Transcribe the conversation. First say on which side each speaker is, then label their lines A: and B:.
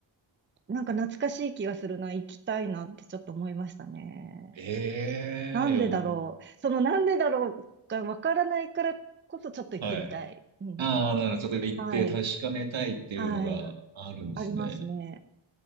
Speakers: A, on the right; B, on the right.
A: なんか懐かしい気がするな、行きたいなってちょっと思いましたね。
B: ええ、
A: なんでだろう。
B: いや、もう
A: そのなんでだろうがわからないからこそちょっと行ってみたい。
B: はい。
A: <laughs> うん
B: ああ、だからちょっと行って確かめたいっていうのがあるんですね。
A: はい。はい。ありますね。